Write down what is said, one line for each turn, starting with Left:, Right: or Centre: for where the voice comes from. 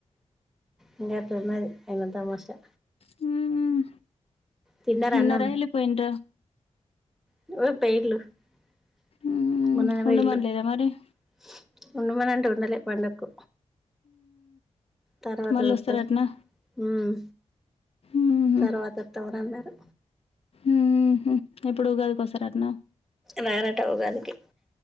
Centre: ఏం చేత్తాం మరి ఏందో తమాషా
Left: హ్మ్
Centre: తిన్నారా
Left: ఉన్నరా
Centre: అన్నం
Left: ఎల్లిపోయిండ్ర
Centre: <unintelligible>
Left: మ్మ్. ఉండమనలేదా మరి
Centre: ఉండుమనంట ఉండలేే పండక్కు తర్వాత
Left: మళ్ళీ
Centre: వత్తాం
Left: వస్తారటనా
Centre: హ్మ్
Left: ఊహు
Centre: తర్వాత వత్తాం అని అన్నారు
Left: ఊహు ఎప్పుడు ఉగాదికొస్తారటనా
Centre: రారట ఉగాది కి